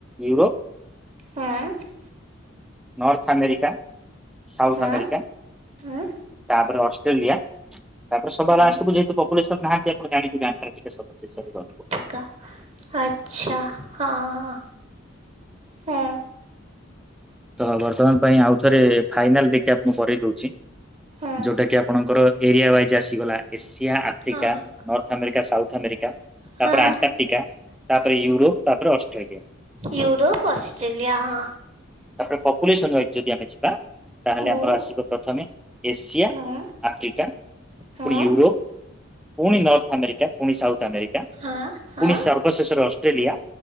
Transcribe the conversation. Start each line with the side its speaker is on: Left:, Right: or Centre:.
Centre: ୟୁରୋପ୍
Right: ହଁ।
Centre: ନର୍ଥ ଆମେରିକା, ସାଉଥ
Right: ହୁଁ
Centre: ଆମେରିକା
Right: ହୁଁ
Centre: ତାପରେ ଅଷ୍ଟ୍ରେଲିଆ ତାପରେ ସବା
Right: ହୁଁ
Centre: ଲାଷ୍ଟକୁ ଯେହେତୁ ପପୁଲେସନ ନାହାନ୍ତି ଆପଣ ଜାଣିଥିବେ ଆଣ୍ଟାର୍ଟିକା ସବୁଠୁ ଶେଷରେ ରହିବ।
Right: ତ ଆଚ୍ଛା ହଁ ହଁ ହଁ।
Centre: ତ ବର୍ତ୍ତମାନ ପାଇଁ ଆଉ ଥରେ ଫାଇନାଲ ବିକ୍ୟାପ ମୁଁ କରେଇ ଦଉଛି
Right: ହୁଁ ହୁଁ
Centre: ଯୋଉଟା କି ଆପଣଙ୍କର ଏରିଆ ୱାଇଜ୍ ଆସିଗଲା ଏସିଆ ଆଫ୍ରିକା
Right: ହଁ
Centre: ନର୍ଥ ଆମେରିକା ସାଉଥ୍ ଆମେରିକା।
Right: ହଁ
Centre: ତାପରେ ଆଣ୍ଟାର୍ଟିକା ତାପରେ ୟୁରୋପ ତାପରେ ଅଷ୍ଟ୍ରେଲିଆ।
Right: ୟୁରୋପ୍ ଅଷ୍ଟ୍ରେଲିଆ ହଁ।
Centre: ତାପରେ ପପୁଲେସନ ୱାଇଜ ଯଦି ଆମେ ଯିବା ତାହେଲେ
Right: ହୁଁ
Centre: ଆମର ଆସିବ ପ୍ରଥମେ ଏସିଆ
Right: ହୁଁ
Centre: ଆଫ୍ରିକା ପୁଣି
Right: ହୁଁ
Centre: ୟୁରୋପ ପୁଣି ନର୍ଥ ଆମେରିକା ପୁଣି ସାଉଥ ଆମେରିକା।
Right: ହଁ ହଁ
Centre: ପୁଣି ସର୍ବଶେଷରେ ଅଷ୍ଟ୍ରେଲିଆ